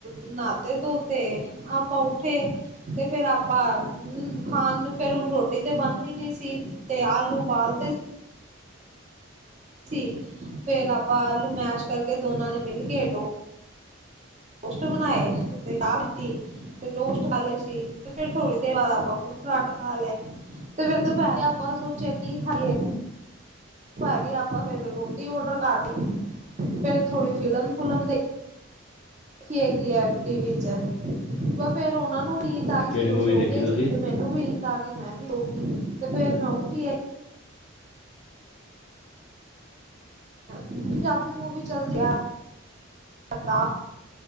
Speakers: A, on the right (about 35°); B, on the left (about 85°).
A: ਨਹਾ ਤੇ ਧੋਤੇ ਆਪਾਂ ਉੱਠੇ ਤੇ ਫਿਰ ਆਪਾਂ ਖਾਣ ਨੂੰ ਫਿਰ ਹੁਣ ਰੋਟੀ ਤੇ ਬਣਨੀ ਨੀ ਸੀ ਤੇ ਆਲੂ ਉਬਾਲ ਤੇ ਸੀ ਫਿਰ ਆਪਾਂ ਆਲੂ ਮੈਸ਼ ਕਰਕੇ ਦੋਨਾਂ ਨੇ ਮਿਲ ਕੇ ਟੋ ਟੋਸਟ ਬਣਾਏ ਤੇ ਚਾਅ ਪੀਤੀ। ਤੇ ਟੋਸਟ ਖਾ ਲਏ ਸੀ ਤੇ ਫਿਰ ਥੋੜ੍ਹੀ ਦੇਰ ਬਾਦ ਆਪਾਂ ਫਰੂਟ ਫਰਾਟ ਖਾ ਲਿਆ। ਤੇ ਫਿਰ ਦੁਪਹਿਰੇ ਆਪਾਂ ਸੋਚਿਆ ਕਿ ਖਾਈਏ। ਦੁਪਿਹਰੀ ਆਪਾਂ ਫਿਰ ਰੋਟੀ ਔਰਡਰ ਕਰ ਲਈ ਫਿਰ ਥੋੜੀ ਫਿਲਮ ਫੁਲਮ ਦੇਖ ਰੱਖੀ ਹੈਗੀ ਐ ਐਡ ਟੀ ਵੀ ਚ ਫੇਰ ਉਹਨਾ ਨੂੰ ਨੀਂਦ ਆਈ
B: ਕਿਹੜੀ
A: ਸੀ ਉਹ
B: ਮੂਵੀ
A: ਸੋ
B: ਦੇਖੀ
A: ਗਏ
B: ਤੁਸੀਂ?
A: ਸੀ ਤੇ ਮੈਨੂੰ ਮੈਨੂੰ ਵੀ ਨੀਂਦ ਆ ਗਈ ਮੈਂ ਵੀ ਸੌਗੀ, ਤੇ ਫੇਰ ਮੈਂ ਉੱਠੀ ਆ ਪੰਜਾਬੀ ਮੂਵੀ ਚਲਦੀ ਆ <unintelligible>